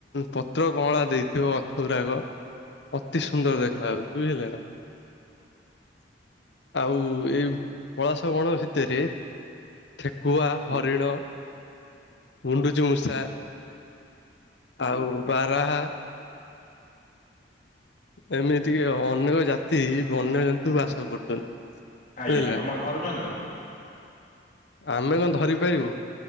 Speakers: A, on the left (about 65°); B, on the left (about 45°).
A: ପତ୍ର କଅଁଳା ଦେଇଥିବ ଗଛ ଗୁରାକ ଅତି ସୁନ୍ଦର ଦେଖା ହାଉଛି ବୁଝିଲେ ନା ଆଉ ଏଇ ପଳାସ ବଣ ଭିତରେ ଠେକୁଆ ହରିଣ ଗୁଣ୍ଡୁଚୁ ମୂଷା ଆଉ ବାରାହା ଏମିତିକ ଅନେକ ଜାତି ବନ୍ୟଜନ୍ତୁ ବାସ କରୁଛନ୍ତି
B: ଆଜ୍ଞା
A: ବୁଝିଲେ
B: ଆପଣ
A: ନା।
B: ଧରୁଛନ୍ତି ତାବ
A: ଆମେ କଣ ଧରିପାରିବୁ